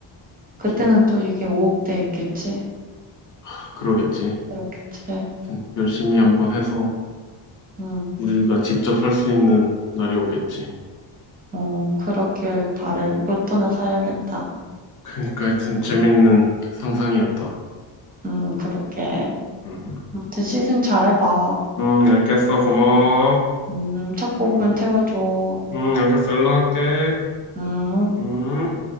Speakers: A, on the right; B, on the left.
A: 그때는
B: 참
A: 또 이게 5억대 있겠지?
B: 아, 그러겠지.
A: 그렇겠지?
B: 하여튼 열심히 한번 해서
A: 응.
B: 우리가 직접 할 수 있는 날이 오겠지.
A: 어, 그러길 바래.
B: 음.
A: 로또나 사야겠다.
B: 그러니까 하여튼
A: 음,
B: 재밌는 상상이었다.
A: 음, 그러게.
B: 음,
A: 아무튼 시승 잘해봐.
B: 음, 알겠어. 고마워.
A: 음, 차 뽑으면
B: 음,
A: 태워줘.
B: 음, 알겠어. 연락할게.
A: 음.
B: 음.